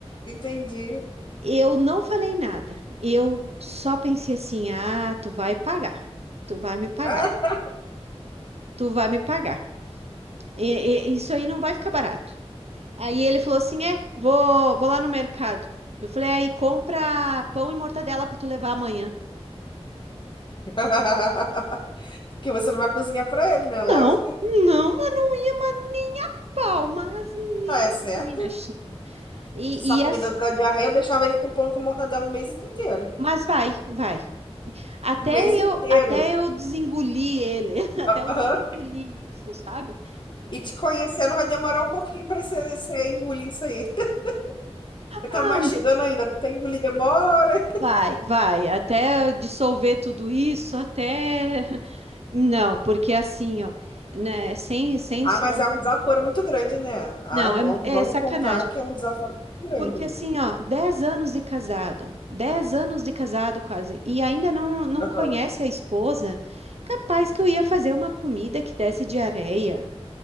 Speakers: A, on the left; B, on the right.
A: Entendi.
B: Eu não falei nada. Eu só pensei assim: "Ah, tu vai pagar. Tu vai me pagar.
A: Ah.
B: Tu vai me pagar. E- e- isso aí não vai ficar barato." Aí ele falou assim: é, vou, vou lá no mercado. Eu falei: aí compra pão e mortadela pra tu levar amanhã.
A: <laughs> Porque você não vai cozinhar pra ele, né? Lógico.
B: Não, não, mas não ia, mas nem a pau, mas nem
A: Ah, é certo.
B: que nem na China. E,
A: Se sua comida
B: e as-
A: da diarreia, eu deixava ele com pão com mortadela o mês inteiro.
B: mas vai, vai. Até
A: O mês inteiro.
B: eu, até eu desengoli ele, <laughs> até eu
A: Aham.
B: desengoli isso, sabe?
A: E te conhecendo vai demorar um pouquinho pra você, você engolir isso aí. <laughs> Você tá
B: Ah,
A: mastigando
B: meu Deus.
A: ainda. Até engolir demora.
B: Vai, vai, até eu dissolver tudo isso, até. <laughs> Não, porque assim, ó, né, sem, sem
A: Ah,
B: som.
A: mas é um desaforo muito grande, né? Ah,
B: Não,
A: vamos,
B: é,
A: vamos
B: é sacanagem.
A: contar que é um desaforo muito grande.
B: Porque assim,
A: isso.
B: ó, 10 anos de casado, 10 anos de casado quase, e ainda não, não
A: Aham.
B: conhece a esposa, capaz que eu ia fazer uma comida que desse diarreia.